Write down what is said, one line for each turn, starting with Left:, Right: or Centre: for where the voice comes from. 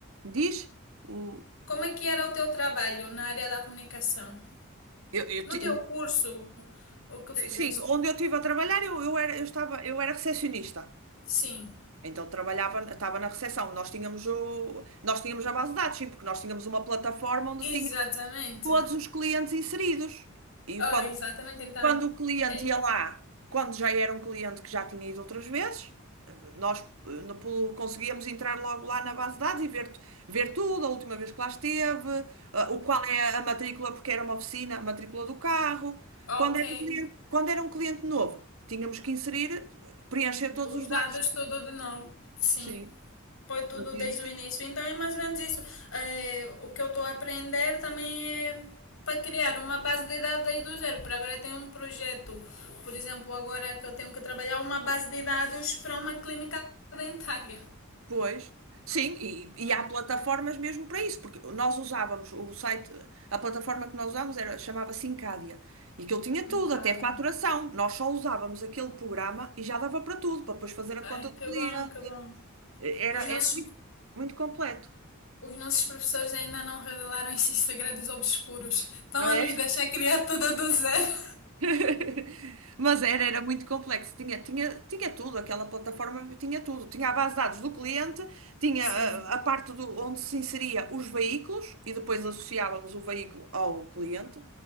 Right: Diz o.
Left: Como é que era o teu trabalho na área da comunicação?
Right: Eu, eu
Left: No
Right: ti-
Left: teu curso, o que fizeste?
Right: sim, onde eu estive a trabalhar, eu, eu era, eu estava, eu era recepcionista.
Left: Sim,
Right: Então trabalhava, estava na recepção. Nós tínhamos o, nós tínhamos a base de dados, sim, porque nós tínhamos uma plataforma onde
Left: exatamente.
Right: tínhamos todos os clientes inseridos. E
Left: Ah,
Right: quando
Left: exatamente, então.
Right: Quando o cliente
Left: Em-
Right: ia lá, quando já era um cliente que já tinha ido outras vezes, nós eh, no- pelo- conseguíamos entrar logo lá na base de dados e ver, ver tudo, a última vez que lá esteve, ah, o qual é a matrícula, porque era uma oficina, a matrícula do carro.
Left: ok.
Right: Quando era um cliente, quando era um cliente novo, tínhamos que inserir, eh, preencher
Left: Então,
Right: todos
Left: Os
Right: os
Left: dados
Right: dados.
Left: tudo de novo, sim.
Right: Sim,
Left: Foi tudo
Right: fazíamos.
Left: desde o início. Então é mais ou menos isso. Eh, o que eu estou a aprender também é para criar uma base de dados desde o zero. Por agora tem um projeto, por exemplo, agora que eu tenho que trabalhar uma base de dados para uma clínica dentária.
Right: Pois, sim, e, e
Left: É,
Right: há plataformas mesmo para isso, porque nós usávamos o site, a plataforma que nós usávamos era, chamava-se Encadia, e que ele tinha
Left: em
Right: tudo,
Left: Cábia.
Right: até faturação. Nós só usávamos aquele programa e já dava para tudo, para depois fazer a conta
Left: Ai,
Right: do
Left: que
Right: cliente.
Left: bom, que bom.
Right: Era,
Left: Os nossos,
Right: era muito, muito completo,
Left: os nossos professores ainda não revelaram <laughs> esses segredos obscuros. Estão
Right: não
Left: a
Right: é?
Left: nos deixar criar tudo do zero.
Right: <laughs> Mas era, era muito complexo, tinha, tinha, tinha tudo, aquela plataforma tinha tudo. Tinha a base de dados do cliente, tinha
Left: Sim,
Right: a, a parte do, onde se inseria os veículos e depois associávamos o veículo ao cliente.